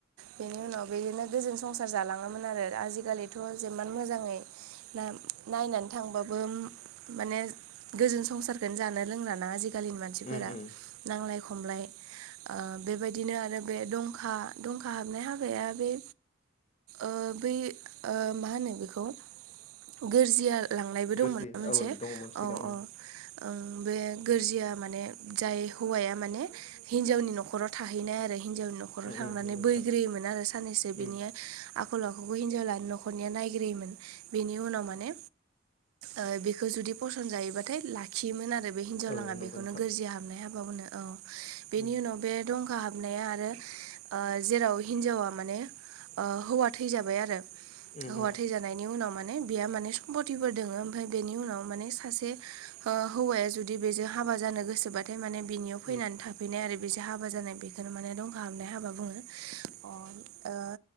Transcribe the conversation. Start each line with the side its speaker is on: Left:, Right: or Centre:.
Right: बेनि उनाव बिदिनो गोजोन संसार जालाङोमोन आरो आजिखालिथ' जेमान मोजाङै ना नायनानै थांबाबो माने गोजोन संसारखोनो जानो लोंला ना आजि खालिनि मानसिफोरा
Left: उम उम
Right: नांलाय खमलाय आ बेबायदिनो आरो बे दंखा दंखा हाबनाय हाबाया बे ओ बै ओ मा होनो बेखौ गोरजिया लांनायबो दंमोना
Left: गोरजिया
Right: मोनसे
Left: औ दङमोन सिगां
Right: ओ
Left: उम
Right: ओ ओ बे गोरजिया माने जाय हौवाया माने हिनजावनि न'खराव थाहैनाय आरो हिनजावनि न' खराव
Left: उम
Right: थांनानै
Left: नंगौ
Right: बैग्रोयोमोन
Left: नोंथां
Right: आरो साननैसो बिनि
Left: उम
Right: आखल आखुखौ हिनजाव लान न'खरनिया नायग्रोयोमोन। बेनि उनाव माने ओ बेखौ जुदि फसन जायोबाथाय ला खियोमोन आरो बे हिनजावलाङा
Left: औ नंगौ
Right: बेखौनो
Left: नोंथां
Right: गोरजिया हाबनाय हाबानो औ बेनि
Left: उम
Right: उनाव बे दंखा हाबनाया आरो ओ जेराव हिन्जावा माने ओ हौवा थैजाबाय आरो
Left: उम
Right: हौवा
Left: उम
Right: थैजानायनि उनाव माने बेयो माने सम्पतिफोर दोङो ओमफफ्राय बेनि उनाव माने सासे ओ हौवाया जुदि बेजों हाबा जानो गोसोबा नाथाय माने बिनियाव फैनानै
Left: उम
Right: थाफैनाय आरो बेदि हाबा जानाय बेखोनो माने दंखा हाबनाय हाबा बुङो अ ओ